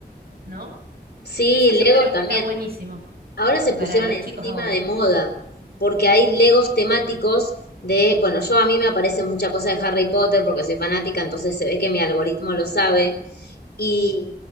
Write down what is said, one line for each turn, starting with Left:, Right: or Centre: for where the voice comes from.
Right: ¿no?
Left: Sí,
Right: Eso
Left: Lego
Right: yo creo que
Left: también.
Right: está buenísimo
Left: Ahora se pusieron
Right: para los
Left: encima
Right: chicos ahora.
Left: de moda, porque hay Legos temáticos de, bueno, yo a mí me aparece mucha cosa de Harry Potter porque soy fanática, entonces se ve que mi algoritmo lo sabe. Y,